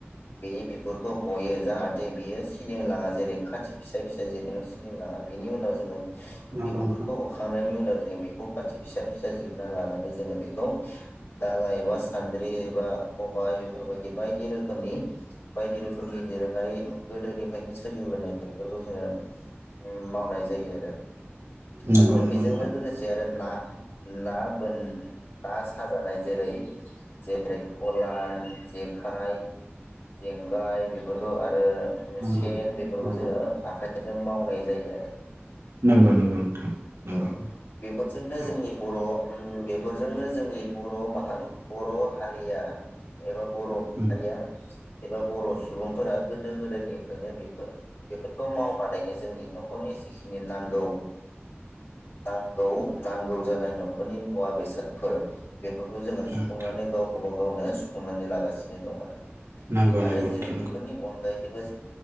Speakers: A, on the left; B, on the right.
A: बेनि बिगुरखौ हयो जाहाथे बियो। सिलिंनो लाङा जेरै खाथि फिसा फिसा जिरनायाव सिलिं लाङा बेनि उनाव जोङो।
B: नंगौ
A: बिगुरखौ
B: नोंथां
A: हखांनायनि उनाव। बेखौ खाथि फिसा फिसा जिरना लानानै जोंङो बेखौ दालाइ एबा सान्द्रि एबा खबाय बेफोरबायदि बायदि रोखोमनि बायदि रोखोमनि दोरोंआरि ओंखायनो सोलिबोनाय बेफोरखौ जोङो मावनाय जायो आरो।
B: नंगौ
A: आरो
B: नंगौ
A: बेजोंनो
B: नोंथां
A: लोगोसे आरो ना ना बोन ना साजानाय जेरै जेरै फलान जेखाइ जेंगाय बेफोरखौ आरो
B: <inaudible>
A: फेन बेफोरखौ
B: नंगौ
A: जोङो आखायजों माव जायो आरो
B: नंगौ नंगौ नोंथां। नंगौ
A: औ बेफोरजोंनो जोंनि
B: औ
A: बर' बेफोरजोंनो जोंनि बर' माहा बर' हारिया एबा बर'हारिया
B: उम
A: एबा बर' सुबुंफोरा गोदो गोदायनिफ्रायनो बेफोर बेफोरखौ मावनानैनो जोंनि न'खरनि जिखिनि नांगौ नांगौ नांगौ जानाय न'खरनि मुवा बेसादफोर बेफोरखौ जोङो सुफुंनानै
B: नोंथां
A: गावबा गाव गावनो सुफुंनानै लागासिनो दं आरो
B: नंगौ
A: आरो
B: नंगौ नोंथां
A: जेरै बेफोरनि अनगायै